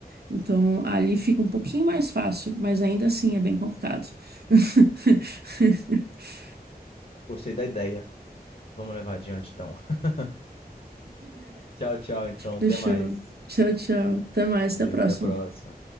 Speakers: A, on the right; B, on the left.
A: Então, ali fica um pouquinho mais fácil, mas ainda assim é bem complicado. <laughs>
B: Gostei da ideia. Vamos levar adiante então. <laughs> Tchau, tchau então. Até
A: Deixa
B: mais.
A: eu. Tchau, tchau. Até mais,
B: Valeu,
A: até a próxima.
B: até a próxima.